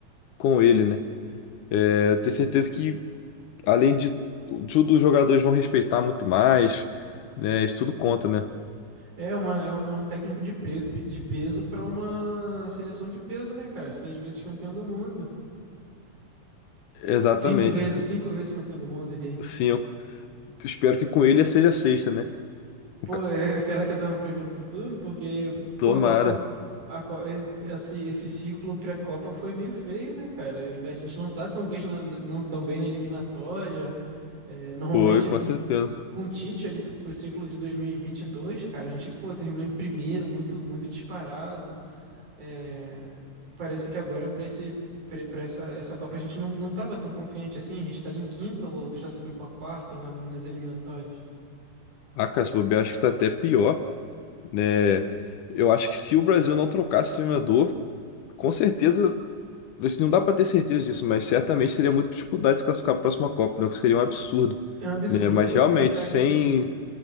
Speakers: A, on the left (about 80°); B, on the right (about 50°).
A: com ele, né? É, tenho certeza que, além de tudo, os jogadores vão respeitar muito mais, né? Isso tudo conta, né?
B: É, uma, é, um, é um técnico de, pre, de peso para uma seleção de peso, né, cara? Seis vezes campeão do mundo.
A: Exatamente.
B: Cinco vezes, cinco vezes campeão do mundo, errei.
A: Sim, eu espero que com ele seja sexta, né? O
B: Pô,
A: ca-
B: <laughs> é, será que eu tava prevendo o futuro? Porque,
A: Tomara.
B: pô, a Copa, a, Co- e- esse, esse ciclo pré-Copa foi meio feio, né, cara? E A gente não tá tão bem na, não tão bem na eliminatória. É, normalmente,
A: Foi, com certeza.
B: com o Tite ali pro, pro ciclo de 2022, cara, a gente, pô, terminou em primeiro, muito, muito disparado. É, parece que agora pra esse. Para essa, essa Copa a gente não, não tava tão confiante assim, a gente tá ali em quinto ou já subiu pra quarto na- nas eliminatórias.
A: Ah, cara, se bobear, acho que tá até pior, né? Eu acho que se o Brasil não trocasse esse treinador, com certeza, isso não dá para ter certeza disso, mas certamente teria muita dificuldade de se classificar para a próxima Copa, né? O que seria um absurdo,
B: É um absurdo
A: né? Mas realmente,
B: você pensar
A: sem,
B: que.